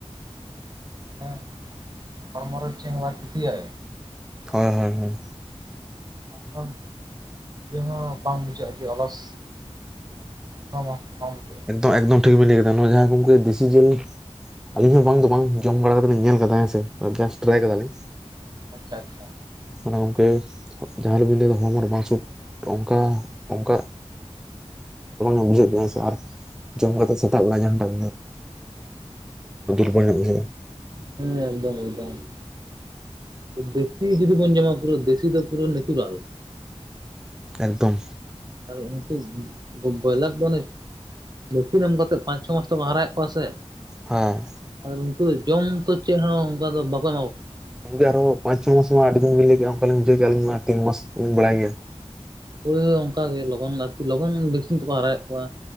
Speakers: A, on the right; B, in the centre.
A: ᱢᱟᱱᱮ ᱦᱚᱲᱢᱚ ᱨᱮ ᱪᱮᱫ ᱦᱚᱸ ᱵᱟᱭ ᱠᱷᱩᱛᱤᱭᱟᱭ
B: ᱦᱚᱭ ᱦᱚᱭ ᱦᱚᱭ
A: <unintelligible> ᱦᱚᱸ ᱵᱟᱝ ᱵᱩᱡᱷᱟᱹᱜ-ᱟ ᱡᱮ ᱚᱞᱚᱥ ᱚᱱᱟ ᱦᱚᱸ ᱵᱟᱝ ᱵᱩᱡᱷᱟᱹᱜ-ᱟ
B: ᱮᱠᱫᱚᱢ ᱮᱠᱫᱚᱢ ᱴᱷᱤᱠ ᱵᱮᱱ ᱞᱟᱹᱭ ᱠᱮᱫᱟ ᱱᱚᱣᱟ ᱡᱟᱸᱦᱟ ᱩᱱᱠᱩ ᱫᱮᱥᱤ ᱡᱤᱞ ᱟᱞᱤᱧ ᱦᱚᱸ ᱵᱟᱝ ᱫᱚ ᱵᱟᱝ ᱡᱚᱢ ᱵᱟᱲᱟ ᱠᱟᱛᱮ ᱞᱤᱧ ᱧᱮᱞ ᱟᱠᱟᱫᱟ ᱥᱮ ᱡᱟᱥᱴ ᱴᱨᱟᱭ ᱠᱟᱫᱟᱞᱤᱧ
A: ᱟᱪᱪᱷᱟ ᱟᱪᱪᱷᱟ
B: ᱚᱱᱟ ᱜᱚᱝᱠᱮ ᱡᱟᱦᱟᱸ ᱵᱤᱱ ᱞᱟᱹᱭ ᱠᱮᱫᱟ ᱦᱚᱲᱢᱚᱨᱮ ᱵᱟᱝ <unintelligible> ᱚᱱᱠᱟ ᱚᱱᱠᱟ <unintelligible> ᱡᱚᱢ ᱠᱟᱛᱮ ᱥᱮᱛᱟᱜ ᱵᱮᱲᱟ ᱡᱟᱦᱟᱸ ᱴᱟᱜ ᱢᱚᱱᱮᱭᱟ <unintelligible>
A: ᱦᱮᱸ ᱮᱠᱫᱚᱢ ᱮᱠᱫᱚᱢ ᱫᱮᱥᱤ ᱡᱩᱫᱤ ᱵᱚᱱ ᱡᱚᱢᱟ ᱯᱩᱨᱟᱹ ᱫᱮᱥᱤ ᱫᱚ ᱯᱩᱨᱟᱹ ᱱᱮᱪᱩᱨᱟᱞ
B: ᱮᱠᱫᱚᱢ
A: ᱟᱨ ᱩᱱᱠᱩ ᱵᱚᱭᱞᱟᱨ ᱵᱚᱱᱮ ᱵᱷᱮᱠᱥᱤᱱ ᱮᱢ ᱠᱟᱛᱮᱫ ᱯᱟᱸᱪ ᱪᱷᱚ ᱢᱟᱥ ᱛᱮᱠᱚ ᱦᱟᱨᱟᱭᱮᱫ ᱠᱚᱣᱟ ᱥᱮ
B: ᱦᱟᱸ
A: ᱟᱨ ᱩᱱᱠᱩ ᱫᱚ ᱡᱚᱢ ᱛᱚ ᱪᱮᱫ ᱦᱚᱸ ᱚᱱᱠᱟ ᱫᱚ ᱵᱟᱠᱚ ᱮᱢᱟ
B: ᱜᱚᱝᱠᱮ ᱟᱨᱦᱚᱸ ᱯᱟᱸᱪ ᱪᱷᱚ ᱢᱟᱥ ᱢᱟ ᱟᱹᱰᱤ ᱫᱤᱱ ᱵᱤᱱ ᱞᱟᱹᱭ ᱠᱮᱫ ᱚᱠᱟ ᱞᱤᱧ ᱵᱩᱡᱷᱟᱣ ᱠᱮᱫ-ᱟ ᱟᱞᱤᱧ ᱢᱟ ᱛᱤᱱ ᱢᱟᱥ ᱞᱤᱧ ᱵᱟᱲᱟᱭ ᱜᱮᱭᱟ
A: ᱦᱳᱭ ᱚᱱᱠᱟ ᱜᱮ ᱞᱚᱜᱚᱱ ᱟᱨᱠᱤ ᱞᱚᱜᱚᱱ ᱵᱷᱮᱠᱥᱤᱱ ᱛᱮᱠᱚ ᱦᱟᱨᱟᱭᱮᱫ ᱠᱚᱣᱟ